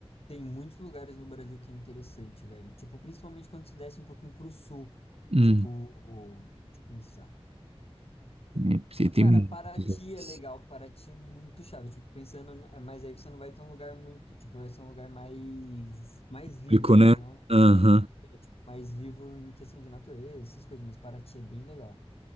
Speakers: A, on the left; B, on the right.
A: tem muitos lugares no Brasil que é interessante, velho. Tipo, principalmente quando se desce um pouquinho pro sul.
B: Hum,
A: Tipo, o, deixa eu pensar.
B: é, porque tem
A: Cara,
B: muitos
A: Paraty
B: lugares.
A: é legal, Paraty é muito chave, tipo, pensando, no- mas aí você não vai ter um lugar muito, tipo, vai ser um lugar mais, mais vivo,
B: Público,
A: né?
B: né?
A: Não é um lugar
B: Aham.
A: mais vivo em questão de natureza, essas coisas, mas Paraty é bem legal.